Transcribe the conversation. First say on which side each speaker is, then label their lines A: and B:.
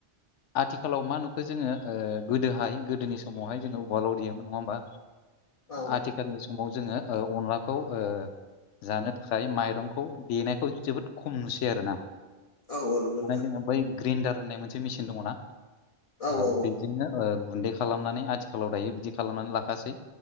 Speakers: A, on the left; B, on the left.
A: आथिखालाव मा नुखो जोङो ओ गोदोहाय गोदोनि समावहाय जोङो उवालाव देयोमोन नङा होमबा?
B: औ
A: आथिखालनि समाव जोङो ओ अनलाखौ खौ ओ जानो थाखाय माइरंखौ देनायखौ जोबोद खम नुसै आरो ना
B: औ औ नंगौ
A: माने
B: नोंथां
A: जोंहा बै ग्रेन्डार होननाय मोनसे मेचिन दङ ना?
B: औ
A: ओ
B: औ
A: बेजोंनो ओ गुन्दै खालामनानै आथिखालाव दायो बिदि खालामनानै लाखासै।